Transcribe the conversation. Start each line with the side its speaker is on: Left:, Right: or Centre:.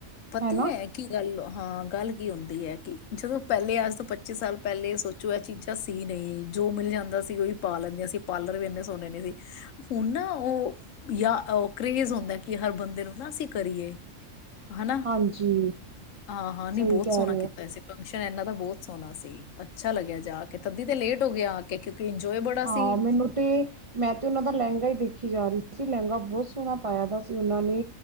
Left: ਪਤਾ
Right: ਹੈਨਾ
Left: ਹੈ ਕੀ ਗੱਲ ਹਾਂ ਗੱਲ ਹੁੰਦੀ ਹੈ ਕਿ ਜਦੋਂ ਪਹਿਲੇ ਅੱਜ ਤੋਂ ਪੱਚੀ ਸਾਲ ਪਹਿਲੇ ਸੋਚੋ ਇਹ ਚੀਜ਼ਾਂ ਸੀ ਨਹੀਂ ਜੋ ਮਿਲ ਜਾਂਦਾ ਸੀ ਉਹੀ ਪਾ ਲੇਂਦੀਆਂ ਸੀ ਪਾਰਲਰ ਵੀ ਇੰਨੇ ਸੋਹਨਣੇ ਨੇ ਸੀ ਹੁਣ ਨਾ ਉਹ ਯਾ ਓ ਕਰੇਜ ਹੁੰਦਾ ਕਿ ਹਰ ਬੰਦੇ ਦਿਲੋਂ ਨਾ ਅਸੀਂ ਕਰੀਏ। ਹੈਨਾ,
Right: ਹਾਂਜੀ
Left: ਹਾਂ ਹਾਂ
Right: ਸਹੀ
Left: ਨੀ ਬਹੁਤ
Right: ਕਹਿ
Left: ਸੋਹਣਾ
Right: ਰਹੇ ਹੋ
Left: ਕੀਤਾ ਅਸੀਂ। ਫੰਕਸ਼ਨ ਇਹਨਾਂ ਦਾ ਬਹੁਤ ਸੋਹਣਾ ਸੀ ਅੱਛਾ ਲੱਗਿਆ ਜਾ ਕੇ ਤਦੀ ਤੇ ਲੇਟ ਹੋ ਗਏ ਆ ਕੇ ਇੰਜੋਏ ਬੜਾ
Right: ਹਾਂ
Left: ਸੀ
Right: ਮੈਨੂੰ ਤੇ ਮੈਂ ਤੇ ਉਹਨਾਂ ਦਾ ਲਹਿੰਗਾ ਹੀ ਦੇਖੀ ਜਾ ਰਹੀ ਸੀ। ਸੀਂ ਲਹਿੰਗਾ ਬਹੁਤ ਸੋਹਣਾ ਪਾਇਆ ਦਾ ਸੀ ਉਹਨਾਂ ਨੇ